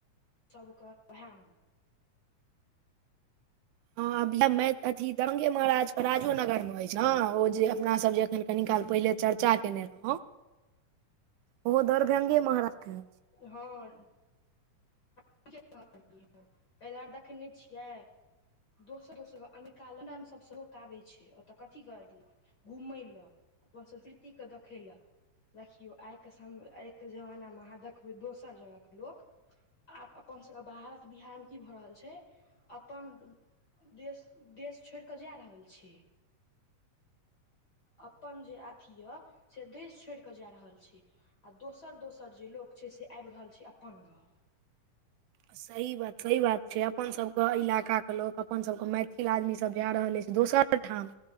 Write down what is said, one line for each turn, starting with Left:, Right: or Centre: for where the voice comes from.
Left: सबके वहेमे
Right: हँ <unintelligible> दरभंगो महाराज राजो नगरमे ह ओ जे अपना सब जे अखन कनी काल पहिले चर्चा केने रहौ ओहो दरभंगे महाराज के
Left: हां कहियै ह एहि दुआरे देखे ने छियै दोसर-दोसर अमेरिका, लन्दन सबसँ लोक अबैत छै। ओतय की कएलियै? घूमय ल अपन संस्कृतिके देखय ल देखियौ आइके सम आइके जमानामे अहाँ देखबै दोसर जगहके लोक आब अपन सबके भारत बिहार मे की भऽ रहल छै अपन देश देश छोइड कऽ जा रहल छी। अपन जे अथी यऽ से देश छोड़ किओ जा रहल छथि, आ दोसर-दोसर लोक अपन गाम आबि रहल छथि।
Right: सही बात सही बात छै अपन सब के इलाका के लोग अपन सब के मैथिल आदमी सब जा रहल अछि दोसर ठाम